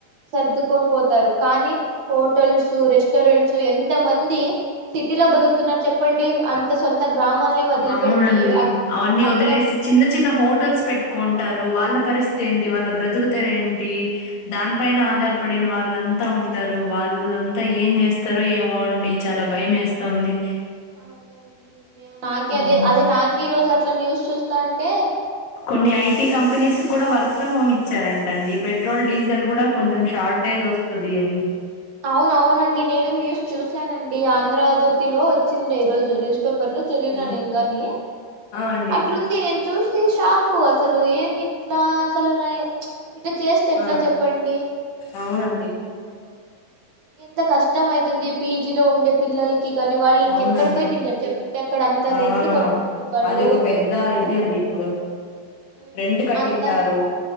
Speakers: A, on the right (about 50°); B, on the left (about 75°).
A: సర్దుకొని పోతారు కానీ హోటల్స్ రెస్ రెటారెంట్స్ ఎంత మంది సిటీలో బతుకుతున్నారు చెప్పండి అంత సొంత గ్రామాలని వదిలిపెట్టి
B: అవునండి అవన్నీ
A: అక్కడ
B: వదిలేసి చిన్న చిన్న హోటల్స్ పెట్టుకుంటారు వాళ్ళ పరిస్థితి ఏంటి వాళ్ళ బ్రతుకుత ఏంటి దాని పన ఆధారపడిన వాళ్ళ అంతా ఉంటారు వాళ్ళ వాళ్ళంతా ఏం చేస్తారో ఏమోండి చాలా భయం వేస్ంది
A: అదే అండి నాక
B: హ్మ్.
A: అదే అదే నాకు ఈ రోజు అట్లా న్యూస్ చూస్తా అంటే
B: కొన్ని ఐటీ కంపెనీస్ కూడా వర్క్ ఫ్రమ్ హోమ్ ఇచ్చారండి ట్టండి పెట్రోల్ డీజిల్ కూడా కొంచెం షార్టేజ్ వస్తుంది అని
A: అవునవునండి నేను న్యూస్ చూశానండి ఆంధ్రజ్యోతిలో వచ్చిందిఐ రరోజు న్యూస్ పేపర్ లో చదివిన
B: హ్మ్.
A: న ఏం ని
B: ఆ! అండి.
A: అట్లుంది నే చూసి షాకు అసలు ఏమి ఇట్లా అసలు ఇట్లా చేస్తే ఎట్లా
B: ఆ!
A: చెప్పండి
B: అవునండి.
A: ఎంత కష్టం అయితుంది పీజీలో ఉండే పిల్లలు కానీ వాళ్ళు ఇంకెక్కడ
B: అవునండి.
A: పోయి తింటారు అక్కడ అంత <unintelligible>
B: ఆ
A: కట్టుకొని వాళ్ళు
B: అది ఒక పెద్ద ఇది అండి ఇప్పుడు
A: ఉమ్,
B: రెంట్ కట్టింటారు
A: అంత